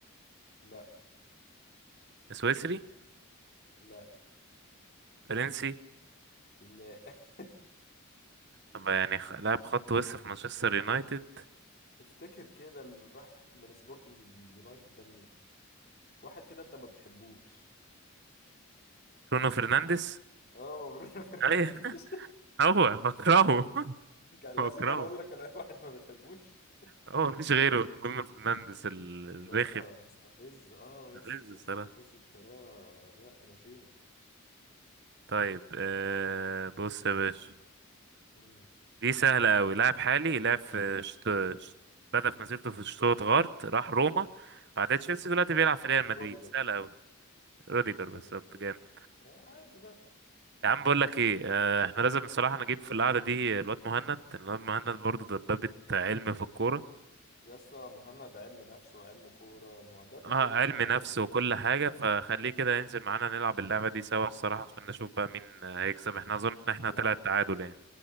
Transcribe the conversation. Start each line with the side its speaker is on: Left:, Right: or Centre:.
Left: لا
Right: سويسري
Left: لا
Right: فرنسي
Left: لا <laughs>
Right: طب يعني خ- لاعب خط وسط في مانشستر يونايتد
Left: افتكر كده اللي راح من سبورتنج لليونايتد ده مين واحد كده انت ما بتحبوش
Right: برونو فرنانديز
Left: اه برونو فرنانديز
Right: ايوه <laughs> هو بكرهه <laughs>
Left: <laughs> كان
Right: بكرهه
Left: لازم انا اقول لك انا <laughs> واحد ما بتحبوش
Right: هو مفيش غيره برونو فرنانديز ال- الرخم
Left: يس مستفز اه يس
Right: الغز الصراحة
Left: مستفز بطريقه لا غشيمه
Right: طيب آه بص يا باشا
Left: مم.
Right: دي سهلة أوي لاعب حالي لعب في شت... شت- بدأ في مسيرته في شتوتغارت راح روما بعدها تشيلسي دلوقتي بيلعب في ريال مدريد
Left: روديجر
Right: سهلة أوي روديجر بالظبط
Left: روديجر روديجر
Right: جامد
Left: آه، عادي بقى
Right: يا عم بقول لك ايه آه، احنا لازم بصراحة نجيب في القعدة دي الواد مهند الواد مهند برضه دبابة علم في الكورة
Left: يا اسطى مهند علم نفس وعلم كورة مه- ده دكتور
Right: اه
Left: مهند
Right: علم نفس
Left: يا ابني.
Right: وكل حاجة فخليه كده ينزل معانا نلعب
Left: <laughs>
Right: اللعبة دي سوا الصراحة عشان نشوف بقى مين هيكسب احنا اظن ان احنا
Left: يا
Right: طلع
Left: عم
Right: التعادل يعني